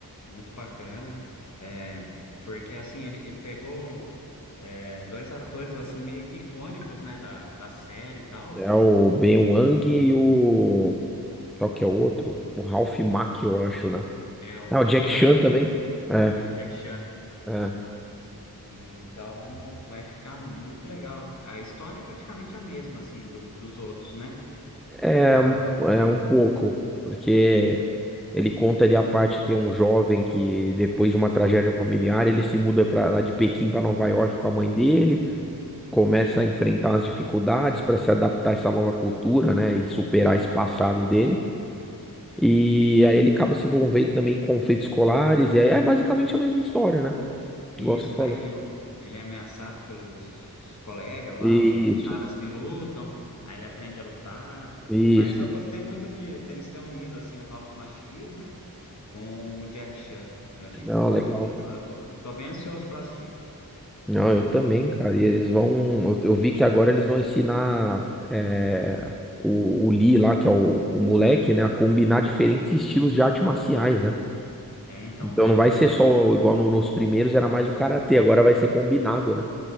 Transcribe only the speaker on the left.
muito bacana. É, porque, assim, ele, ele pegou é, dois atores, assim, meio que icônicos, né, da, da série e tal.
É o
Ralph
Macchio
e o Jack Chan.
E então vai ficar muito legal. A história é praticamente a mesma, assim, do- dos outros, né?
Mas
isso,
daí ó, ele é ameaçado pelos colegas lá,
uns caras que lutam, aí ele aprende a lutar.
Mas eu gostei muito de deles ter unido, assim, o Ralph Macchio, né? Com o Jack Chan. Eu acho
que ficou
muito legal. Eu tô, tô bem ansioso para assistir.
É, então,
é,
va-